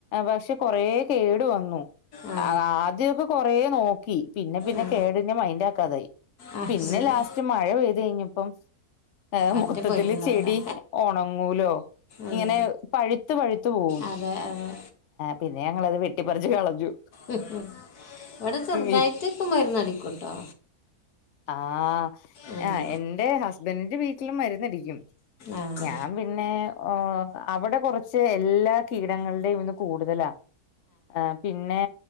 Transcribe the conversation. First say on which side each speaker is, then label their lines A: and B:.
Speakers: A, on the left (about 60°); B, on the left (about 85°).
A: പക്ഷെ കൊറേ കേടു വന്നു.
B: ആ ആ
A: അ ആദ്യൊക്കെ കൊറേ നോക്കി പിന്നെ പിന്നെ
B: ആ
A: കേട്നെ മൈന്റാ ക്കാതായി.
B: ആ
A: പിന്നെ
B: ശരി
A: ലാസ്റ്റ് മഴ പെയ്ത് കയ്ഞ്ഞപ്പം ഏ
B: ഒറ്റ
A: മൊത്തത്തില്
B: പോയിട്ടുണ്ടാവില്ലേ
A: ചെടി ഒണ ഒണങ്ങൂലോ
B: ഉം.
A: ഇങ്ങനെ പഴുത്ത് പഴുത്തു പോവും
B: അതെ അതെ
A: പിന്നെ ങ്ങളത് വെട്ടിപ്പറിച്ച് കളഞ്ഞു.
B: ഉം ഉം ഇവടെ ചെർതായിട്ടൊക്കെ
A: ഇ
B: മരുന്നടിക്കൂട്ടോ.
A: ആഹ്
B: ഉം.
A: എന്റെ ഹസ്ബന്റിന്റെ വീട്ടിലും മരുന്നടിക്കും.
B: ആഹ്.
A: ഞാൻ പിന്നെ ഓ അവിടെ കൊറച്ച് എല്ലാ കീടങ്ങളുടെയും ഇത് കൂടുതലാ. ആ പിന്നെ